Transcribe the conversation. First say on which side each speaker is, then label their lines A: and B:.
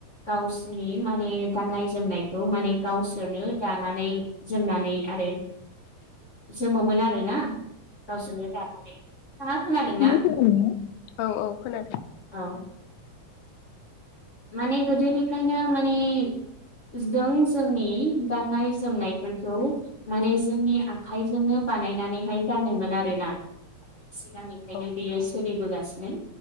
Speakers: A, on the left; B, on the left.
A: गावसिनि नि माने गाननाय जोमनायखौ माने गावसोरनो दानानै जोमनानै आरो जोमोमोन आरोना गावसोरनो दानानै थाङा खोनादोंना?
B: <inaudible> औ औ खोनादों।
A: औ माने गोदोनिफ्रायनो माने जों जोंनि गाननाय जोमनायफोरखौ माने जोंनि आखाइजोंनो बानायनानैहाय गानोमोन आरोना। सिगांनिफ्रायनो
B: औ
A: बियो सोलिबोगासिनो।